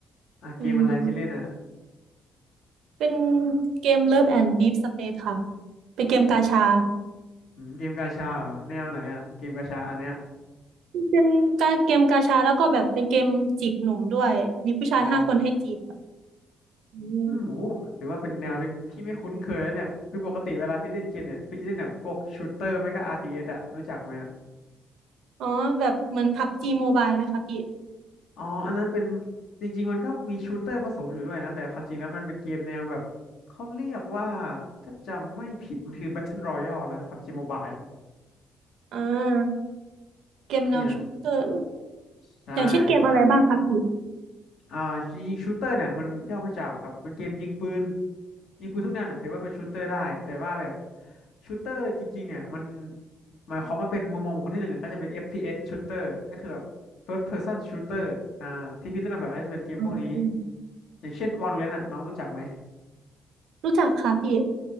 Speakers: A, on the left; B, on the right.
A: อ่ะเกมอะไรที่เล่นอะ
B: อืม เป็นเกม Love and Deep Space ค่ะ เป็นเกมกาชา
A: อืมเกมกาชาเหรอแนวไหนอะเกมกาชาอันเนี้ย
B: เป็นกาเกมกาชาแล้วก็แบบเป็นเกมจีบหนุ่มด้วย มีผู้ชายห้าคนให้จีบ
A: อ๋อ
B: อืม
A: อืมโหหรือว่าเป็นแนวที่พี่ไม่คุ้นเคยแล้วเนี่ยคือปกติเวลาพี่เล่นเกมเนี่ยพี่จะเล่นแบบพวกชูตเตอร์ไม่ก็ RTS อสอะรู้จักไหมอะ
B: อ๋อแบบเหมือนพับจีโมบายไหมคะพี่
A: อ๋ออันนั้นเป็นจริงๆมันก็มีชูตเตอร์ผสมอยู่ด้วยนะแต่ความจริงแล้วมันเป็นเกมแนวแบบเขาเรียกว่าถ้าจำไม่ผิดมันคือ Battle Royale นะ PUBG Mobile
B: อ่าเกมแนวชูตเตอร์
A: เนี่ยใช่เป็น
B: อย่างเช่นเกมอะไรบ้างคะพี่
A: อ่ายิงชูเตอร์เนี่ยมันย่อมาจากแบบเป็นเกมยิงปืนยิงปืนทุกแนวเนี่ยถือว่าเป็นชูเตอร์ได้แต่ว่าแบบชูเตอร์จริงๆเนี่ยมันหมายความว่าเป็นมุมมองบุคคลที่หนึ่งอะก็จะเป็น FPS shooter ก็คือแบบ first person shooter อ่าที่พี่เล่นมาบ่อยก็จะเป็นเกมพวกนี้
B: อืม
A: อย่างเช่น Valorant อะน้องรู้จักไหม
B: รู้จักค่ะพี่